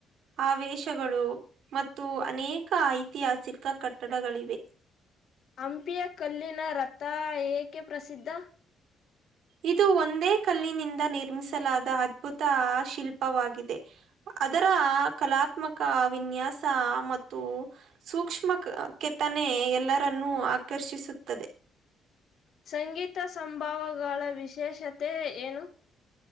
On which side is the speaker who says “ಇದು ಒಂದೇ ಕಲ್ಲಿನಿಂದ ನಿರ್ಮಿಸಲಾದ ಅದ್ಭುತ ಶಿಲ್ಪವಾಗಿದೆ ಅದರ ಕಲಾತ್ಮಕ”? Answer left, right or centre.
Right